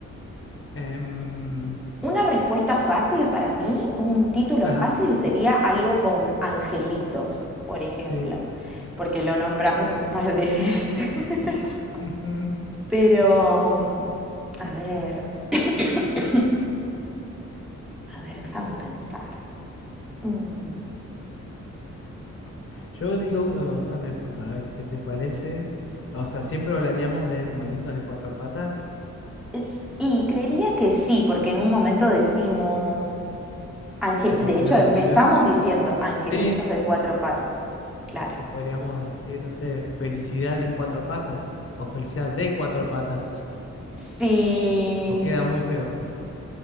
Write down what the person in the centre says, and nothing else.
Una respuesta fácil para mí, un título
fácil sería algo con angelitos, por ejemplo,
porque lo nombramos un par de veces. <laughs>
Pero, mm, a ver, <coughs> a ver, déjame pensar. Mm,
es- Y creería que sí, porque en un momento decimos Ange-
de
hecho, empezamos
diciendo angelitos
de cuatro patas. Claro.
Sí.
<laughs>